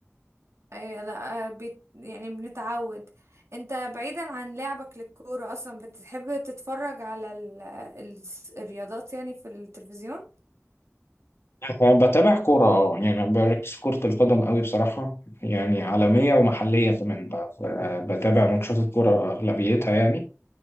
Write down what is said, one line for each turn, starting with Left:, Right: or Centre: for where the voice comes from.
Right: اي لا بيت يعني بنتعود انت بعيدا عن لعبك للكورة اصلا بتحب تتفرج على ال... ال... الرياضات يعني في التلفزيون
Left: أنا بتابع كورة أه يعني أنا بركز في كرة القدم أوي بصراحة يعني عالمية ومحلية كمان ب- ب- بتابع ماتشات الكورة أغلبيتها يعني